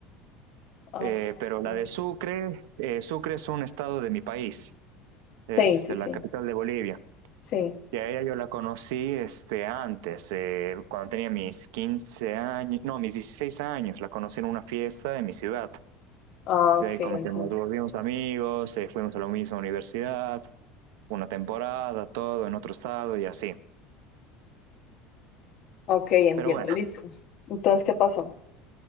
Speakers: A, on the left (about 40°); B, on the right (about 80°).
A: Ah,
B: Eh, pero
A: ok.
B: la de Sucre, eh, Sucre es un estado de mi país, es
A: Sí,
B: este,
A: sí,
B: la
A: sí,
B: capital de Bolivia.
A: sí.
B: Ya ella yo la conocí este, antes, eh, cuando tenía mis 15 años, no, mis 16 años, la conocí en una fiesta de mi ciudad.
A: Ah,
B: Y
A: ok,
B: de ahí
A: entiendo.
B: como que nos volvimos amigos, eh, fuimos a la misma universidad, una temporada, todo en otro estado y así.
A: Ok, entiendo,
B: Pero bueno,
A: listo. Entonces, ¿qué pasó?